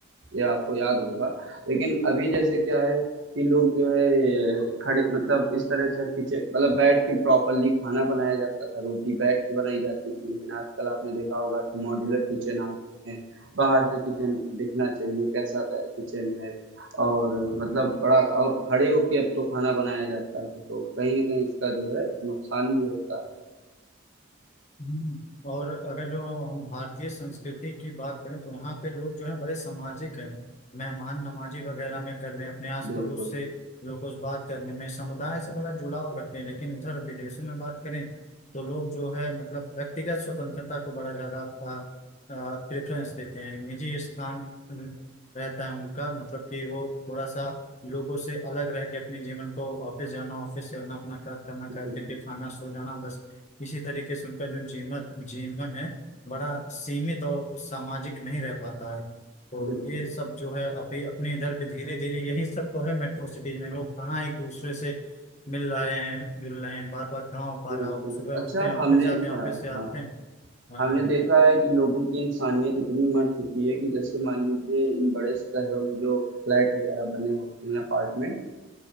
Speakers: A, on the right; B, on the left.
A: ये आपको याद होगा लेकिन अभी जैसे क्या है कि लोग जो है ये खड़े मतलब इस तरह से अब किचन मतलब बैठ के प्रॉपरली खाना बनाया जाता था रोटी बैठ के बनाई जाती थी लेकिन आजकल आपने देखा होगा कि मॉड्यूलर किचन आ गए हैं बाहर से किचन दिखना चाहिए कैसा किचन है और मतलब बड़ा और खड़े होके अब तो खाना बनाया जाता है तो कहीं ना कहीं इसका जो है नुकसान भी होता
B: हम्म, और अगर जो हम भारतीय संस्कृति की बात करें तो यहाँ पे लोग जो है बड़े सामाजिक हैं मेहमान नमाजी वगैरह में कर लें अपने
A: है
B: आस
A: बिल्कुल
B: पड़ोस से लोगों से बात करने में समुदाय से बड़ा जुड़ाव रखते हैं लेकिन उधर विदेशों में बात करें तो लोग जो है मतलब व्यक्तिगत स्वतंत्रता को बड़ा ज्यादा प्रेफरेंस देते हैं निजी स्थान अ, रहता है उनका मतलब कि वो थोड़ा सा लोगों से अलग रह के अपने जीवन को ऑफिस जाना ऑफिस से आना अपना कार्य करना
A: बिल्कुल
B: कार्य करके खाना सो जाना बस इसी तरीके से उनका जो जीवन जीवन है बड़ा सीमित और सामाजिक नहीं रह पाता है तो
A: बिल्कुल
B: ये सब जो है अभी अपने इधर भी धीरे धीरे यही सब तो है मेट्रो सिटीज में लोग कहाँ एक दूसरे से मिल रहे हैं जुल रहे हैं बात बात कहाँ हो पा
A: बिल्कुल
B: रहा हो सुबह
A: अच्छा
B: उठते हैं ऑफिस
A: हमने
B: जाते हैं
A: हाँ
B: ऑफिस से आते
A: हाँ हाँ।
B: हैं हाँ
A: हमने देखा है कि लोगों की इंसानियत इतनी मर चुकी है कि जैसे मान लीजिए इन बड़े शहरों में जो फ्लैट वगैरह बने होते हैं अपार्टमेंट